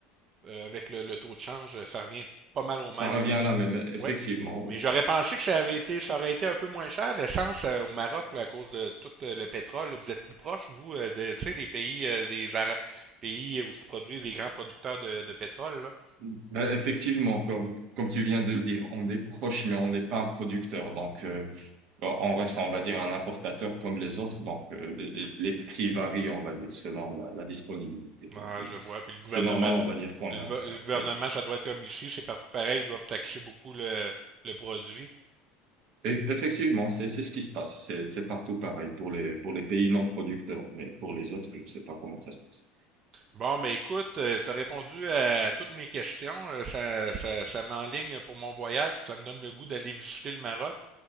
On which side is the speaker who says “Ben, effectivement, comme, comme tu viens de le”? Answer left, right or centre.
Right